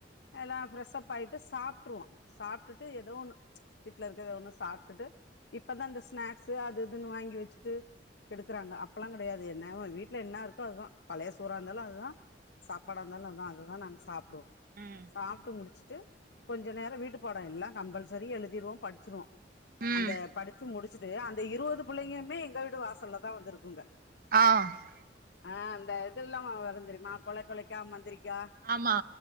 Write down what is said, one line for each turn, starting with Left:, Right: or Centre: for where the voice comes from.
Left: எல்லா ஃப்ரெஷ்ப் ஆய்ட்டு சாப்ட்ருவோ சாப்ட்டுட்டு எதோ ஒண்ணு வீட்ல இருக்க எதோ ஒண்ணு சாப்ட்டுட்டு இப்பதா இந்த ஸ்நாக் ஸு அது இதுன்னு வாங்கி வெச்சிட்டு இருக்குறாங்க அப்பல்லா கடையாது என்னவோ வீட்ல என்ன இருக்கோ அதுதா பழைய சோறா இருந்தாலு அதுதா சாப்பாடாஇருந்தாலு அதா அதுதா நாங்க சாப்டுவோ
Right: ம்
Left: சாப்ட்டு முடிச்சுட்டு கொஞ்ச நேரோ வீட்டுப் பாடோ எல்லா கம்பல்சரி எழுதிருவோ படிச்சுருவோ
Right: ம்
Left: அந்த படிச்சு முடிச்சுட்டு அந்த இருவது புள்ளைங்கமே எங்க வீட்டு வாசல்லதா வந்துருக்குங்க
Right: ஆ
Left: ஆ அந்த இதுல்லா வருதெரிமா கொளைக் கொளைக்கா முந்திரி மா
Right: ஆமா